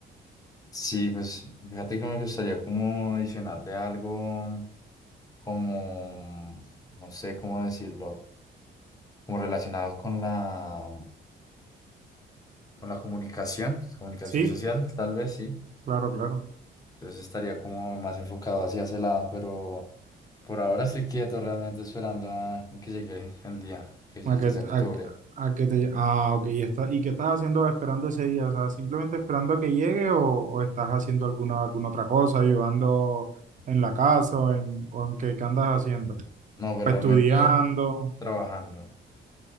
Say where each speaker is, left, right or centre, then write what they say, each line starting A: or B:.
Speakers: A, on the left (about 20°); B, on the right (about 40°).
A: Sí, pues fíjate que me gustaría como adicionarle algo como, no sé cómo decirlo, como relacionado con la, con la comunicación, comunicación
B: Sí,
A: social, tal vez sí.
B: claro, claro.
A: Entonces estaría como más enfocado hacia ese lado, pero por ahora estoy quieto, realmente esperando a que llegue el día, que, lle-
B: A que,
A: que sea octubre.
B: a, a que te... Ah, ok. ¿Y, está, ¿y qué estás haciendo esperando ese día? O sea, ¿simplemente esperando a que llegue o, o estás haciendo alguna, alguna otra cosa, ayudando en la casa o en, o en qué, qué andas haciendo?
A: No, pues
B: Estudiando.
A: realmente trabajando,